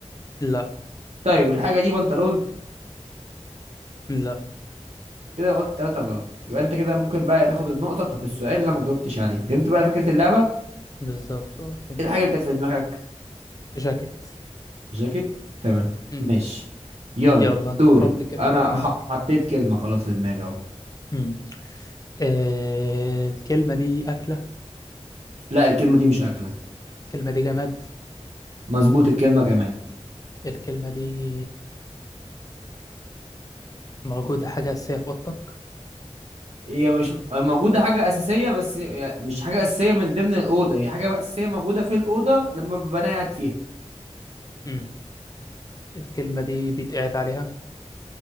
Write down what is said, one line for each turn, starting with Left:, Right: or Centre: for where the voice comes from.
Left: لا
Right: طيب الحاجه دي بنطلون
Left: لا
Right: كده قلت ثلاثه غلط يبقى انت كده ممكن بقى تاخد النقطه بتاعت السؤال اللي أنا ما جاوبتش عليه فهمت بقى فكره اللعبه
Left: بالظبط اه فهمت
Right: ايه الحاجه اللي كانت في دماغك
Left: جاكيت
Right: جاكيت تمام
Left: امم
Right: ماشي يلا
Left: يلا
Right: دوري
Left: انت حط كده
Right: انا
Left: في دماغك
Right: ح- حطيت كلمه خلاص في دماغي اهو
Left: مم. آه، الكلمة دي أكلة
Right: لا الكلمه دي مش اكله
Left: الكلمة دي جماد
Right: مظبوط الكلمه جماد
Left: الكلمة دي موجودة حاجة أساسية في أوضتك
Right: هي مش موجودة حاجة أساسية بس هي- مش حاجة أساسية من ضمن الأوضة هي حاجة أساسية موجودة في الأوضة لما ببقى أنا قاعد فيها
Left: مم. الكلمة دي بيتقعد عليها